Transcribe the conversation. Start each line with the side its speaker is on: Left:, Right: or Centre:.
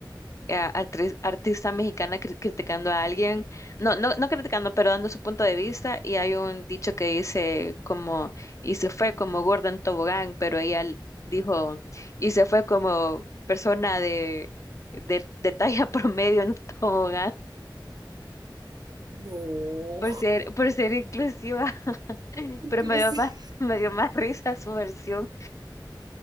Left: a- artri- artista mexicana cri- criticando a alguien. No, no, no criticando, pero dando su punto de vista. Y hay un dicho que dice como, y se fue como gorda en tobogán, pero ella l- dijo, y se fue como persona de, de, de talla <laughs> promedio en un tobogán.
Right: No.
Left: por ser, por ser inclusiva. <laughs>
Right: <laughs> Inclusive.
Left: Pero me dio más, me dio más risa su versión.